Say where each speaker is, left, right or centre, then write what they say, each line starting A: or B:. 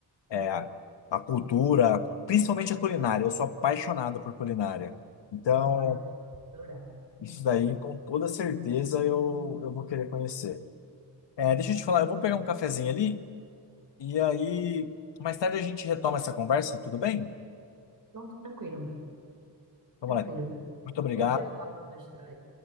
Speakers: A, on the left; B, on the right.
A: é, a a cultura, principalmente a culinária. Eu sou apaixonado por culinária. Então,
B: <laughs> Vai, adorar.
A: isso daí, com toda certeza, eu, eu vou querer conhecer. É, deixa eu te falar, eu vou pegar um cafezinho ali e aí mais tarde a gente retoma essa conversa, tudo bem?
B: Pronto, tranquilo,
A: Então,
B: tranquilo,
A: moleque,
B: viu?
A: muito obrigado.
B: A gente já fala mais tarde.